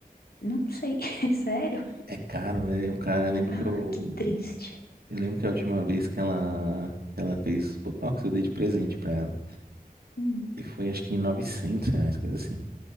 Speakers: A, on the left (about 85°); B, on the right (about 90°).
A: Não sei, <laughs> sério?
B: É caro, é, o cara, lembra
A: Ah,
B: que eu
A: que triste.
B: Eu lembro que a última vez que ela, que ela fez Botox, eu dei de presente pra ela.
A: Hum,
B: E foi acho que 900 reais, coisa assim.